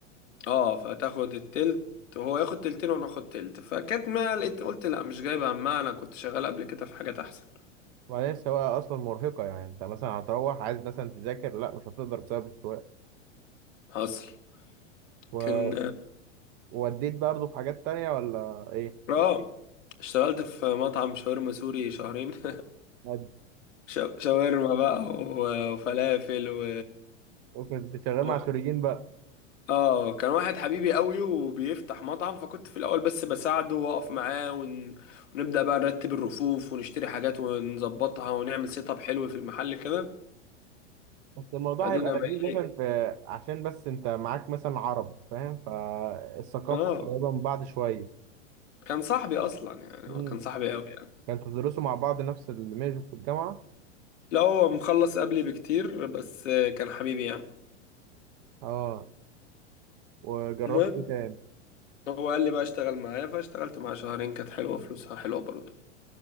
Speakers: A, on the left; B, on the right.
A: اه فتاخد التلت وهو ياخد تلتين وانا اخد تلت فكانت ما لقيت قلت لا مش جايب همها انا كنت شغال قبل كده في حاجات احسن
B: وبعدين السواقة أصلا مرهقة يعني انت مثلا هتروح عايز مثلا تذاكر لا مش هتقدر بسبب السواقة
A: حصل
B: و-
A: كان
B: ووديت برضه في حاجات تانية ولا ايه؟
A: اه اشتغلت في مطعم شاورما سوري شهرين <laughs>
B: ود-
A: شا- شاورما بقى و- وفلافل و...
B: وكنت شغال
A: و...
B: مع سوريين بقى
A: اه كان واحد حبيبي قوي وبيفتح مطعم فكنت في الاول بس بساعده واقف معاه ون... ونبدأ بقى نرتب الرفوف ونشتري حاجات ونظبطها ونعمل سيت اب حلو في المحل كده
B: بس الموضوع
A: بعدين
B: هيبقى
A: لما
B: لذيذ
A: يلاقي-
B: مثلا في عشان بس انت معاك مثلا عرب فاهم فالثقافة
A: اه
B: قريبة من بعض شوية
A: كان صاحبي اصلا يعني
B: مم.
A: هو كان صاحبي قوي يعني
B: كانتوا تدرسوا مع بعض نفس الميجر في الجامعة
A: لا هو مخلص قبلي بكتير بس كان حبيبي يعني
B: اه وجربت
A: المهم
B: ايه تاني
A: هو قال لي بقى اشتغل معايا فاشتغلت معاه شهرين كانت حلوه فلوسها حلوه برضه